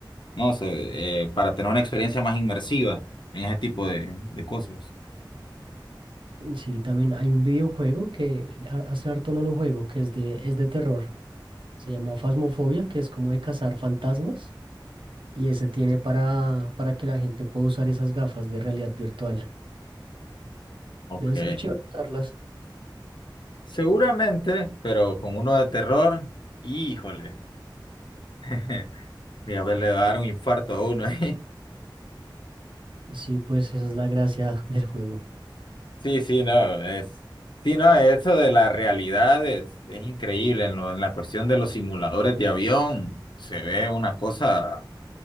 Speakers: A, on the left; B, on the right.
A: ¿no? Sobre, eh, para tener una experiencia más inmersiva en ese tipo de, de cosas.
B: Sí, también hay un videojuego que ha- hace harto no lo juego, que es de, es de terror. Se llama Phasmophobia, que es como de cazar fantasmas. Y ese tiene para, para que la gente pueda usar esas gafas de realidad virtual.
A: Ok.
B: Debe ser chévere usarlas.
A: Seguramente, pero con uno de terror, híjole. <laughs> Fíjate, le va a dar un infarto a uno ahí. <laughs>
B: Sí, pues esa es la gracia del juego.
A: Sí, sí, no, es. Sí, no, eso de la realidad es, es increíble. En lo, en la cuestión de los simuladores de avión, se ve una cosa